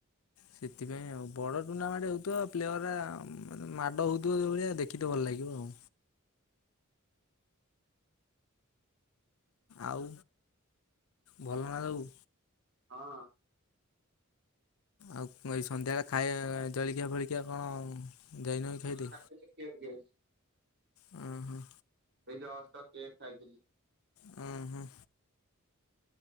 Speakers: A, on the left; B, on the right.
A: ସେଥିପାଇଁ ଆଉ ବଡ଼ ଟୁର୍ଣ୍ଣାମେଣ୍ଟ ହେଉଥିବ ପ୍ଲେୟର ମେ ମାଡ଼ ହଉଥିବ ଯେଉଁ ଭଳିଆ ଦେଖିକି ଭଲ ଲାଗିବ ଆଉ। ଆଉ ଭଲ ନା ସବୁ?
B: ହଁ
A: ଆଉ ଏଇ ସନ୍ଧ୍ୟାବେଳେ ଖାଇ ଜଳିକିଆ ଫଳିକିଆ କଣ? ଯାଇନ ଖାଇଦ
B: ଖାଇଥିଲି କେକ୍ ଏଇ
A: ଓ ହୋ
B: ଏଇ ଜସ୍ତ କେକ ଖାଇଥିଲି।
A: ହଁ ହୁଁ